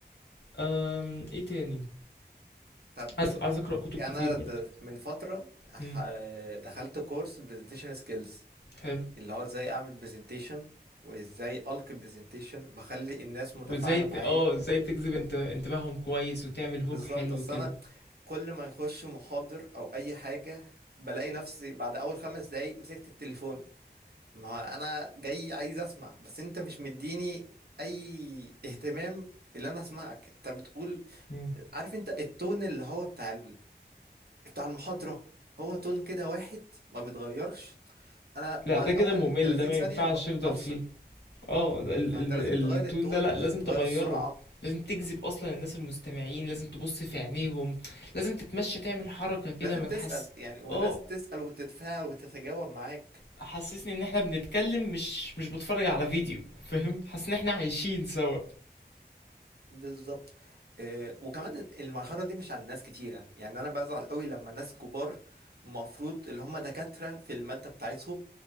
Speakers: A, on the left; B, on the right.
A: أم ايه تاني
B: طب
A: عايز عايز اقرا كتب
B: انا
A: كتير برضه
B: د- من فتره ح-
A: امم
B: دخلت كورس برزنتيشن سكيلز
A: حلو
B: اللي هو ازاي اعمل برزنتيشن وازاي القي برزنتيشن وبخلي الناس متفاعله
A: وازاي ت...
B: معايا
A: اه ازاي تجذب انت... انتباههم كويس وتعمل
B: بالظبط
A: هوك حلو
B: اصل
A: كده
B: انا كل ما يخش محاضر او اي حاجه بلاقي نفسي بعد اول خمس دقايق مسكت التليفون ما هو انا جاي عايز اسمع بس انت مش مديني اي اهتمام اللي انا اسمعك انت بتقول
A: مم.
B: عارف انت التون اللي هو بتاع بتاع المحاضرة هو تون كده واحد ما بيتغيرش انا
A: لا
B: بعد
A: ده كده
B: اول
A: ممل
B: 30
A: ده ما
B: ثانية
A: ينفعش
B: ب-
A: تفضل
B: بفصل
A: فيه اه ال-
B: فانت
A: ال-
B: لازم تغير
A: التون
B: التون
A: ده لا
B: لازم
A: لازم
B: تغير
A: تغيره
B: السرعة
A: لازم تجذب اصلا الناس المستمعين لازم تبص في عينيهم لازم تتمشى تعمل حركة كده
B: لازم
A: ما تحس
B: تسأل يعني والناس
A: اه
B: تسأل وتتفاعل وتتجاوب معاك
A: حسسني ان احنا بنتكلم مش مش بتفرج على فيديو فاهم حاسس ان احنا عايشين سوا
B: بالظبط آه، وكمان المرحلة دي مش عند ناس كتيرة يعني انا بزعل قوي لما ناس كبار المفروض اللي هم دكاترة في المادة بتاعتهم